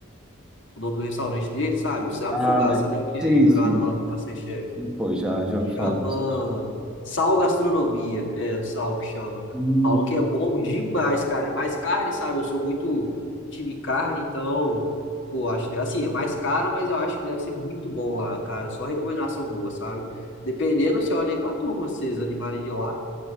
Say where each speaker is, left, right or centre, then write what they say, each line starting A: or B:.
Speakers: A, on the left; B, in the centre.
A: O nome do restaurante dele, sabe? Sabe
B: ah,
A: Fogaça,
B: mas
A: né? O que é
B: sim,
A: jurado
B: sim.
A: lá no MasterChef.
B: Pô, já, já ouvi falar
A: Chama
B: bastante.
A: sal gastronomia. É, sal que chama.
B: Hum.
A: Falam que é bom demais, cara. É mais carne, sabe? Eu sou muito time carne, então, pô, acho, assim, é mais caro, mas eu acho que deve ser muito bom lá, cara. Só recomendação boa, sabe? Dependendo, você olha aí com a turma, vocês animarem de ir lá.